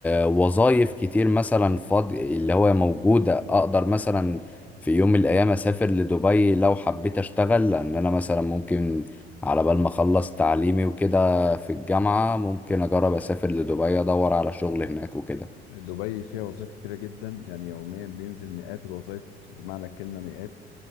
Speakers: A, in the centre; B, on the left (about 65°).
A: وظائف كتير مثلا فاضي اللي هو موجودة أقدر مثلا في يوم من الأيام أسافر لدبي لو حبيت أشتغل لأن أنا مثلا ممكن على بال ما أخلص تعليمي وكده في الجامعة ممكن أجرب أسافر لدبي أدور على شغل هناك وكده
B: دبي فيها وظائف كتيرة جدا يعني يوميا بينزل مئات الوظائف بمعنى الكلمة مئات